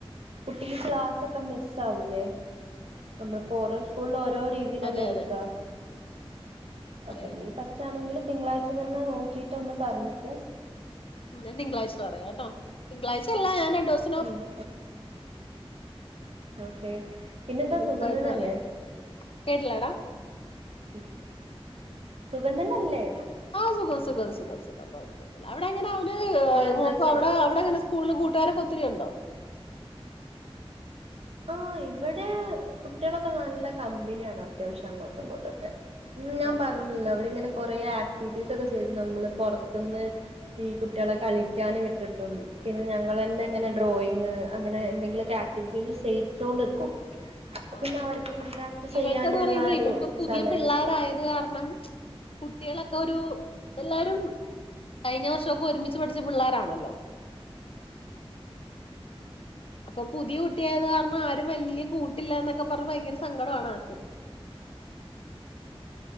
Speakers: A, on the right (about 75°); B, on the left (about 65°).
A: കുട്ടിക്ക് ക്ലാസൊക്കെ മിസ്സാവുലെ നമ്മള്പ്പോ ഓരോ സ്കൂള് ഓരോ രീ രീതീലല്ലേ
B: അതെ
A: എടുക്കാ
B: അതെ
A: അപ്പൊ
B: അതെ
A: നീ
B: അതെ
A: പറ്റാണെങ്കില് തിങ്കളാഴ്ച തന്നെ നോക്കിട്ട് ഒന്ന് പറഞ്ഞ്ട്ട്
B: ഉം ഞാൻ തിങ്കളാഴ്ച പറയാട്ടോ തിങ്കളഴചല്ല ഞാൻ രണ്ടോസ്
A: ഉം <inaudible> ഓക്കെ പിന്നെന്താ
B: അതിന്
A: സുഖം
B: മുമ്പായിട്ട്
A: തന്നല്ലേ
B: പറയാം കേട്ടില്ലേടാ
A: ഉം സുഖം തന്നല്ലേ
B: ആഹ് സുഖം സുഖം സുഖം സുഖം കുഴപ്പൊന്നില്ല അവിടെങ്ങന അവന്
A: ഇപ്പൊ
B: ഏ
A: എന്താ
B: നോക്കൊ
A: ചെ
B: അവിടെ അവിടെങ്ങനെ സ് സ്കൂളില് കൂട്ടുകാരൊക്കെ ഒത്തിരി ഉണ്ടോ
A: ആഹ് ഇവിടേ കുട്ടികളൊക്കെ നല്ല കമ്പ്നിയാണ് അത്യാവശ്യം അങ്ങോട്ടും ഇങ്ങോട്ടൊക്കെ ഇന്ന് ഞാൻ
B: അതെ
A: പറഞ്ഞല്ലോ അവരിങ്ങനെ കൊറെേ ആക്ടിവിറ്റീസ് ഒക്കെ ചെയ്ത് നമ്മള് പൊറത്ത്ന്ന് ഈ കുട്ടികളെ കളിക്കാന് വിട്ടിട്ടും പിന്നെ ഞങ്ങളെന്നെ ഇങ്ങനെ ഡ്രോയിങ് അങ്ങനെ എന്തെങ്കിലുംഒക്കെ ആ ക്ടിവിറ്റീസ് ചെയ്യിച്ചോണ്ട് നിക്കും അപ്പൊ
B: ആഹ്
A: പിന്നെ അവർക്ക്
B: അതെ
A: ഇന്ററാക്ട് ചെയ്യാനുള്ള
B: ഇവൾക്കന്ന് പറയുമ്പോ
A: ഒരു
B: ഇവളിപ്പോ പുതിയ
A: സമയം
B: പിള്ളാരായത്
A: കിട്ടും
B: കാരണം കുട്ടിയളൊക്കെ ഒരു എല്ലാരും കഴിഞ്ഞ വർഷൊക്കെ ഒരുമിച്ച് പഠിച്ച പിള്ളാരാണല്ലോ അപ്പൊ പുതിയ കുട്ടിയായത് കാരണം ആരും വല്ല്യ കൂട്ടില്ല എന്നൊക്കെ പറഞ്ഞ് ഭയങ്കര സങ്കട ആണ് ആക്ക്